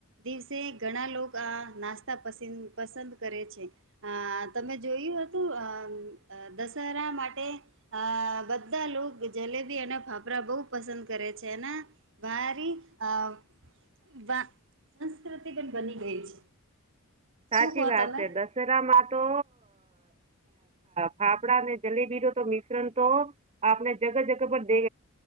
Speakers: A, on the right (about 60°); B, on the right (about 30°).
A: દિવસે ઘણા લોકો આ નાસ્તા પસ પસંદ કરે છે, આ તમે જોયું હતું અમ અ દસેરા માટે, અ બધા લોકો જલેબી અને ફાફડા બહુ પસંદ કરે. છે ને, ભરી આ વાહ, સંસ્કૃતિ પણ બની ગઈ છે.
B: સાચી
A: શું કહો
B: વાત
A: તમે
B: છે દશેરામાં તો ફાફડા અને જલેબી ન તો મિશ્રણ તો આપણે જગહ જગહ પર દે